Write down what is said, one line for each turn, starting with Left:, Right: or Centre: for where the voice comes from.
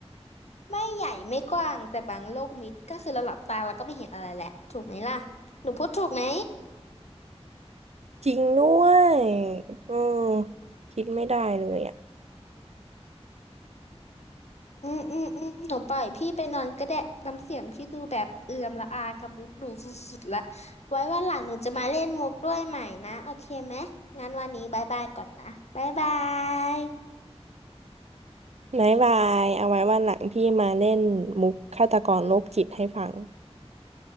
Left: ไม่ใหญ่ไม่กว้างแต่บางโลกมิดก็คือเราหลับตาเราก็ไม่เห็นอะไรแหละถูกไหมล่ะหนูพูดถูกไหม
Right: จริงด้วยอืมคิดไม่ได้เลยอ่ะ
Left: อืมอืมอืมหนูปล่อยพี่ไปนอนก็ได้น้ำเสียงพี่ดูแบบเอื่อมละอากับมุกหนูสุดๆละไว้วันหลังหนูจะมาเล่นมุกด้วยใหม่นะโอเคไหมงั้นวันนี้บายบายก่อนนะบายบาย
Right: บายบายเอาไว้วันหลังพี่มาเล่นมุกฆาตกรโรคจิตให้ฟัง